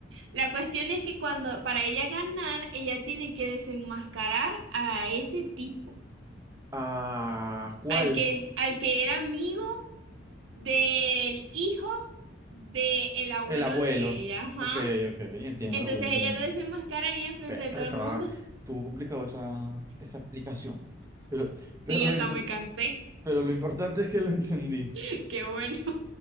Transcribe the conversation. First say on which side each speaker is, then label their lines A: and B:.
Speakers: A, on the right; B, on the right.
A: La cuestión es que cuando, para ella ganar, ella tiene que desenmascarar a ese tipo,
B: Ah, ¿cuál?
A: al que, al que era amigo del hijo del abuelo
B: El abuelo.
A: de ella, ajá.
B: Ok, ok, entiendo,
A: Entonces
B: voy entendiendo.
A: ella lo desenmascara ahí enfrente
B: Berta,
A: de todo
B: estaba,
A: el mundo.
B: estuvo complicado esa, esa explicación. Pero, pero,
A: Sí, hasta
B: lo, impor-
A: me cansé.
B: pero lo importante es que lo entendí
A: <laughs> Qué bueno.